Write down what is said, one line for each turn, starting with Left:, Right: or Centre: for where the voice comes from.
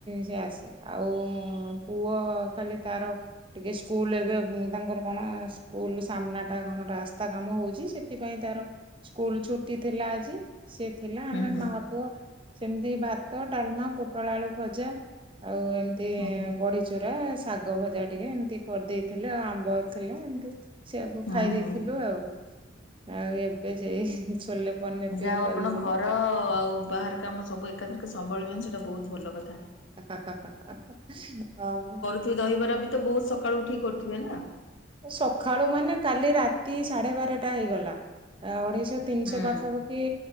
Right: ସେ ଆସେ ଆଉ ପୁଅ ଖାଲି ତାର ଟିକେ ସ୍କୁଲ୍ ଏବେ ବ ତାଙ୍କର କଣ ସ୍କୁଲ ସାମ୍ନା ଟା କଣ ରାସ୍ତା କାମ ହଉଛି ସେଥିପାଇଁ ତାର ସ୍କୁଲ୍ ଛୁଟି ଥିଲା ଆଜି ସେ ଥିଲା
Left: ହୁଁ
Right: ଆମେ
Left: ହୁଁ ହୁଁ
Right: ମା ପୁଅ ସେମିତି ଭାତ ଡାଲମା ପୋଟଳ ଆଳୁ ଭଜା ଆଉ ଏମିତି
Left: ହୁଁ ହୁଁ
Right: ବଢି ଚୁରା ଶାଗ ଭଜା ଟିକେ ଏମିତି କରିଦେଇଥିଲେ ଆଉ ଆମ୍ବ ଥିଲା ଏମିତି ସେଆକୁ ଖାଇ
Left: ହୁଁ
Right: ଦେଇେଇଥିଲୁ
Left: ହୁଁ
Right: ଆଉ। ଆଉ ଏବେ ସେଇ ଛୋଲେ ପନିର ଟିକେ
Left: ଯାଅ ଆପଣ
Right: କରିବି
Left: ଘର
Right: ବୋଲି
Left: ଆଉ ବାହାର କାମ ସବୁ ଏକାଥିରିକେ ସମ୍ଭାଳୁଛନ୍ତି ସେଇଟା ବହୁତ ଭଲ କଥା।
Right: ହା ହା ହା ହା ହଁ।
Left: ତୁ ଦହିବରା ବି ତ ବୋହୁତ୍ ସକାଳୁ ଉଠିକି କରୁଥିବେ ନା?
Right: ସଖାଳୁ ମାନେ କାଲି ରାତି ସାଢେ ବାରଟା ହେଇଗଲା ଅଢେଇଶ ଯୋ ତିନିଶହ
Left: ହୁଁ
Right: ପାଖାପାଖି